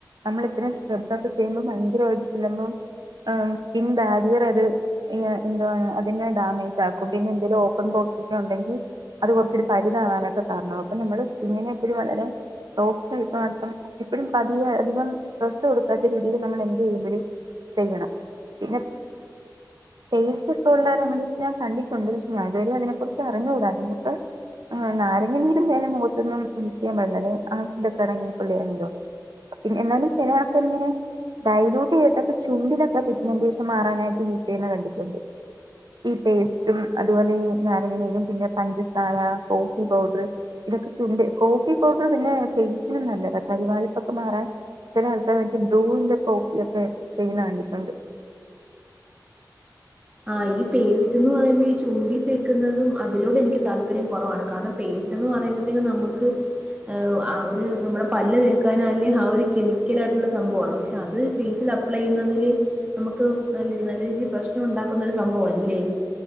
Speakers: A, on the right; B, on the right.
A: നമ്മൾ ഇത്രയും സ്ക്രബ് ഒക്കെ ചെയ്യുമ്പോം ഭയങ്കരമായി ചെല്ലുമ്പോ സ്കിൻ ബാരിയർ അത് ഈ എന്തുവാണ് അതിനെ ഡാമേജ് ആക്കും പിന്നെ എന്തേലും ഓപ്പൺ പോർസ് ഒക്കെ ഉണ്ടെങ്കിൽ അത് കുറച്ചൂടി വലിതാവാനൊക്കെ കാരണാവും അപ്പൊ നമ്മള് സ്കിന്നിനെ എപ്പഴും വളരെ സോഫ്റ്റ്‌ ആയിട്ട് എപ്പോഴും പതിയ അധികം സ്‌ട്രെസ് കൊടുക്കാത്ത രീതിയിൽ നമ്മൾ എന്ത് ചെയ്യുമ്പഴും ചെയ്യണം പിന്നെ പേസ്‌റ്റൊക്ക ഉള്ള റെമഡീസ് ഞാൻ കണ്ടിട്ടുണ്ട് പക്ഷെ ഞാൻ ഇതുവരേം അതിനെ കുറിച്ചറിഞ്ഞുകൂടാ നമ്മക്ക് ആഹ് നാരങ്ങനീരും തേനും മുഖത്തൊന്നും യൂസ് ചെയ്യാൻ പാടില്ല അത് ആസിഡ് ഒക്കെ അടങ്ങിയിട്ടുള്ളതാണല്ലോ പിന്നെ എന്നാലും ചില ആൾക്കാർ ഇങ്ങനെ ഡൈലൂട്ട് ചെയ്തിട്ടൊക്കെ ചുണ്ടിലൊക്കെ പിഗ്മെൻ്റേഷൻ മാറാനായിട്ട് യൂസ് ചെയ്യുന്ന കണ്ടിട്ടുണ്ട് ഈ പേസ്റ്റും അതുപോലെ ഈ നാരങ്ങ നീരും പിന്നെ പഞ്ചസാര കോഫി പൗഡറ് ഇതൊക്കെ ചുണ്ട് കോഫി പൗഡർ പിന്നെ ഫേസ്നും നല്ലതാ കരിവാളിപ്പൊക്കെ മാറാൻ ചെല ആൾക്കാര് മറ്റേ ബ്രൂവിന്റെ കോഫിയൊക്കെ ചെയ്യ്ണ കണ്ടിട്ടുണ്ട്
B: ആഹ് ഈ പേസ്റ്റ് ന്ന് പറയുമ്പോ ഈ ചുണ്ടീ തേക്കുന്നതും അതിനോടെ എനിക്ക് താല്പര്യം കുറവാണ് കാരണം ഫേസ്ന്ന് പറയുമ്പേത്തേക്ക് നമ്മക്ക് ഏ ആ ഒര് നമ്മുടെ പല്ല് തേക്കാനെല്ലയാ ആ ഒര് കെമിക്കലായിട്ടുള്ള സംഭവാണ്. പക്ഷെ അത് ഫേസില് അ പ്ലെയ്യുന്നതില് നമുക്ക് നല്ല നല്ല രീതില് പ്രശ്നൊണ്ടാക്കുന്ന ഒരു സംഭവല്ലേ.